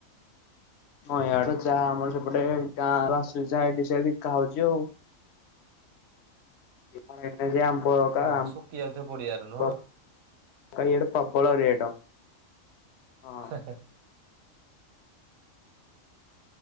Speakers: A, on the left (about 65°); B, on the right (about 85°).
A: ହଁ, ଇଆଡ଼େ ଚାହା ଆମର ସେପଟେ, ଗାଁ ର ଆସୁଛି ଯାହା, ଏଠି ସେଇଆ ବିକା ହଉଛି ଆଉ। ହଁ ଏ ଯ ଆମପକା
B: ହଁ
A: ଆମ
B: ଶୁଖି ଯାଉଥିବ ପଡିଆରୁ ନୁହଁ
A: <unintelligible> ଏଆଡ଼ ପ୍ରବଳ ରେଟ। ହଁ
B: ହେ ହେ।